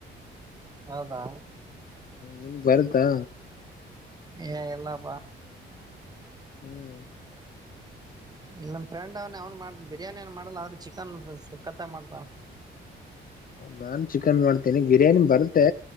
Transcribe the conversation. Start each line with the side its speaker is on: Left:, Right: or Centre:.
Right: ಹೌದಾ
Left: ನಿಮ್ಗ್ ಬಾರುತ್ತ
Right: ಏ ಇಲ್ಲಪ್ಪಾ
Left: ಹ್ಮ್
Right: ಇಲ್ ನಮ್ ಫ್ರೆಂಡ್ ಅವ್ನ ಅವ್ನ್ ಮಾಡ ಬಿರಿಯಾನಿನ್ ಮಾಡಲ್ಲ ಆದ್ರೆ ಚಿಕನ್ ಸಕ್ಕತ್ತಗೆ ಮಾಡ್ತನ
Left: ನಾನ್ ಚಿಕನ್ ಮಾಡ್ತೇನಿ ಬಿರಿಯಾನಿ ಬರುತ್ತೆ